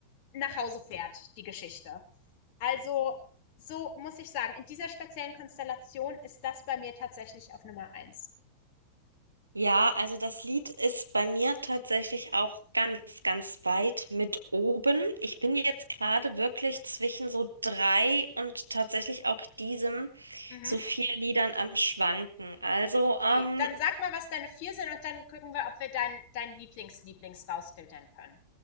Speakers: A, on the left; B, on the right.
A: nach Hause fährt, die Geschichte. Also, so muss ich sagen, in dieser speziellen Konstellation ist das bei mir tatsächlich auf Nummer eins.
B: Ja, also das Lied ist bei mir tatsächlich auch ganz, ganz weit mit oben. Ich bin jetzt gerade wirklich zwischen so drei und tatsächlich auch diesem
A: Mhm.
B: so vier Liedern am Schwanken. Also,
A: Okay,
B: ähm,
A: dann sag mal, was deine vier sind und dann gucken wir, ob wir deinen dein Lieblings-Lieblings rausfiltern können.